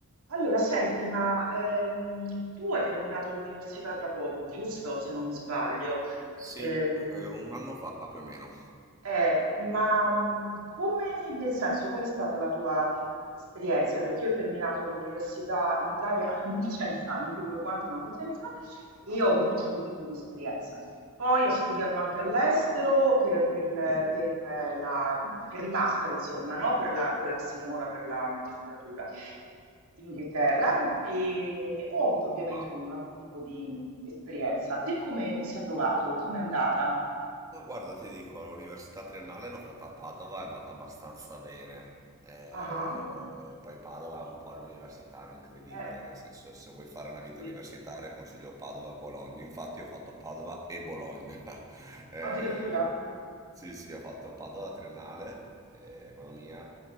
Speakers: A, on the right (about 70°); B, on the right (about 15°).
A: Allora, senti, ma ehm, tu hai terminato l'università da poco, giusto? Se non mi sbaglio.
B: Sì,
A: Ehm,
B: eh, eh, un anno fa più o meno.
A: eh, ma mh, come, nel senso, com'è stata la tua esperienza? Perché io ho terminato l'università in Italia <laughs> molti anni fa, non ti dico quanti, ma molti anni fa, e ho avuto un certo tipo di esperienza. Poi ho studiato anche all'estero per, per le-
B: Mm,
A: per, eh, la- per il master, insomma, no? Per la- quella che si chiama ora per la magistratura in Inghilterra e ho avuto ovviamente
B: ma
A: un altro tipo di mh, esperienza. Te come ti sei trovato? Come è andata?
B: ma guarda, ti dico, l'università triennale l'ho fatta a Padova, è andata abbastanza bene. Eh,
A: Ah.
B: poi Padova è un po' l'universitario incredibile,
A: Eh,
B: nel senso se vuoi fare
A: sì,
B: una vita
A: sì.
B: universitaria consiglio Padova e Bologna. Infatti ho fatto Padova e Bologna. <laughs> Eh,
A: Addirittura?
B: sì, sì, ho fatto Padova la triennale, eh, economia,